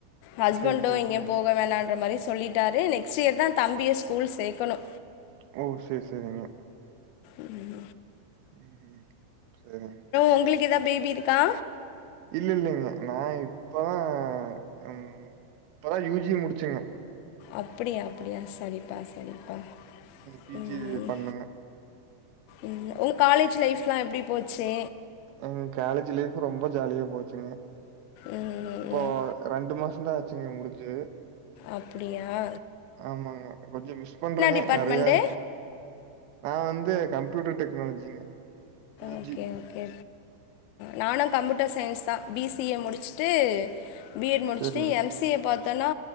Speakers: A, on the left; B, on the right.
A: ஹஸ்பண்டு
B: சரி சரி
A: எங்கேயும்
B: சரிங்க.
A: போக வேணான்ற மாரி சொல்லிட்டாரு நெக்ஸ்ட் இயர்தா தம்பிய ஸ்கூல் சேக்கணு
B: ஓ சேரி சேரிங்க
A: ம்
B: ம்ஹும் சேரிங்க
A: உங்களுக்கு எதா பேபி இருக்கா
B: இல்ல இல்லங்க நா இப்பதா ம் இப்பதா யூஜியே முடிச்சங்க
A: அப்டியா அப்டியா சரிப்பா சரிப்பா
B: பிஜி
A: ம் ம்
B: பண்ணேங்க.
A: ம் உன் காலேஜ் லைஃப்ல்லா எப்டி போச்சு
B: எங்க காலேஜ் லைஃப் ரொம்ப ஜாலியா போச்சுங்க
A: ம் ம்
B: இப்போ
A: ம்
B: ரெண்டு மாசந்தா ஆச்சுங்க முடிஞ்சு
A: அப்டியா
B: ஆமாங்க கொஞ்ச மிஸ் பண்றங்க
A: டிபார்ட்மெண்ட்டு
B: நெறயா நா வந் து கம்ப்யூட்டர் டெக்னாலஜிங்க யூ
A: ஓகே
B: ஜி
A: ஓகே நானு கம்ப்யூட்டர் சயின்ஸ்தா பி சி யே முடிச்சுட்டு பி எட் முடிச்ட்டு
B: செரிங்க
A: எம் சி ஏ பாத் தனா